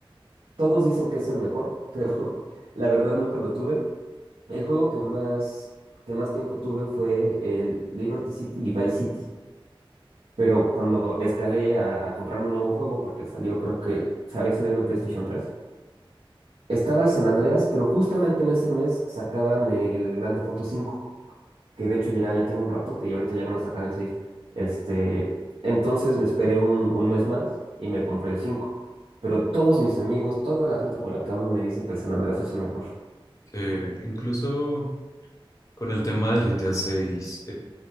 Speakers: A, on the right; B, on the left.
A: Todos dicen que es el mejor, pero <laughs> la verdad nunca lo tuve. El juego que más, que más tiempo tuve fue el Liberty City y Vice City. Pero cuando escalé a, a comprarme un nuevo juego, porque salió, creo que se había salido el PlayStation tres estaba el San Andreas, pero justamente en ese mes sacaban el Grande Foto cinco que de hecho ya, ya tiene un ratote y ahorita ya van a sacar el seis Este, entonces me esperé un, un mes más y me compré el cinco Pero todos mis amigos, toda la gente con la que hablo me dice que el San Andreas es el mejor.
B: Eh, incluso con el tema del GTA 6,